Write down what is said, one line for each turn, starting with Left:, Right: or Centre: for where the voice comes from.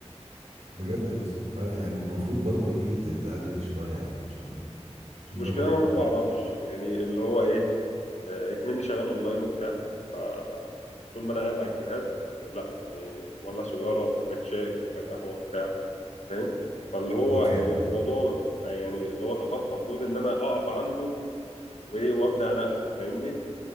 Right: بجد يس لا يعني المفروض برضو ايه ت- تقلل شوية يعني عشان عشان
Left: المشكله
Right: ده غلط
Left: انا ما بعرفش يعني اللي هو ايه آه، اكمني شغال اونلاين وبتاع فطول ما انا قاعد على الجهاز آه، لا يعني مولع سيجاره كوبايه شاي كوبايه قهوه بتاع فاهم فاللي هو
Right: اه فاهم
Left: يعني الموضوع
Right: فاهم.
Left: آه، يعني اللي هو تخطى حدود ان انا اقف عنده وايه وابدا اناقشه فاهمني